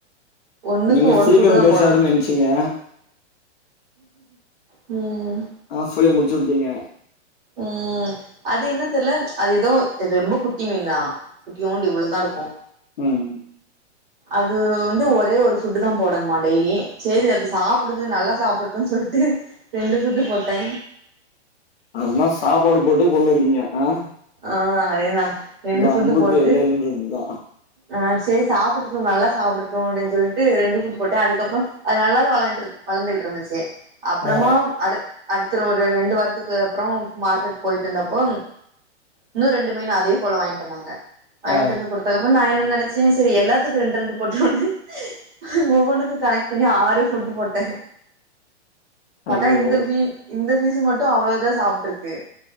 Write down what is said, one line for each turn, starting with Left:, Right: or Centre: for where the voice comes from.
Right: ஒண்ணுக்கு
Left: நீங்க
Right: ஒரு
Left: சீக்கரோ
Right: ஃபுட்டு தா
Left: பெருசாய்டுன்
Right: போடணு
Left: நென்ச்சிங்க
Right: ம்
Left: ஆ ஃபொல்லிய முடிச்சு வுட்டீங்க
Right: ம் அது என்ன தெர்ல அது எதோ ரொம்ப குட்டி மீன் தா குட்டியோண்டு இவ்ளோதா இருக்கு
Left: ம்
Right: அது வந்து ஒரே ஒரு ஃபுட்டு் தா போடணுமா டெய்லி சேரி அது சாப்புடுது நல்லா சாப்டட்டுன்சொல்ட்டு ரெண்டு ஃபுட்டு போட்டே
Left: அப்பின்னா சாப்பாடு போட்டே கொன்னு இருக்கீங்க ஆ
Right: ஆ அதேதா ரெண்டு
Left: இதா
Right: ஃபுட்டு
Left: அன்புக்கு
Right: போட்டு
Left: எல்ல இல்லன்றது இதா
Right: அ சேரி சாப்புடட்டு நல்லா சாப்புடட்டு அப்டின் சொல்ட்டு ரெண்டு ஃபுட் போட்ட அதுக்கப்றோ அது நல்லாதா வளான்ட்ரு வளந்துகுட்ருந்துச்சு அப்றமா
Left: ஆ
Right: அடு அடுத்தரோடு ரெண்டு வாரத்துக்கு அப்றோ மார்க்கட் போயிட்ருந்தப்போ இன்னு ரெண்டு மீனு அதே போல வாங்கிட்டு வந்தாங்க வாங்கிட்டு
Left: ஆ
Right: வந்து குடு அதுக்கப்றோ நா என்ன நெனச்சே சேரி எல்லாத்துக் ரெண்டு ரெண்டு போட்ருவோனு ஒவ்வொண்ணுக்கு கனக் பண்ணி ஆறு ஃபுட்டு போட்ட பாத்தா
Left: ஐயோ
Right: இந்த ஃபீன் ஃபிசு மட்டு அவ்ளோ இத சாப்ட்ருக்கு